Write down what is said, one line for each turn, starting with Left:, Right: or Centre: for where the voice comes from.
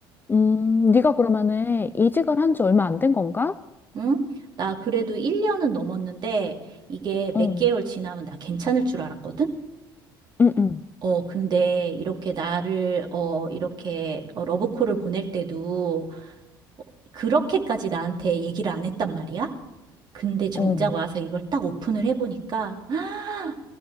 Left: 음, 네가 그러면은 이직을 한 지 얼마 안 된 건가?
Right: 응? 나 그래도 1년은 넘었는데 이게
Left: 어,
Right: 몇 개월 지나면 나 괜찮을 줄 알았거든?
Left: 응, 응,
Right: 어, 근데 이렇게 나를, 어, 이렇게 어, 러브콜을 보낼 때도 어, 그렇게까지 나한테 얘기를 안 했단 말이야? 근데 정작
Left: 어,
Right: 와서 이걸 딱 오픈을 해보니까, 아,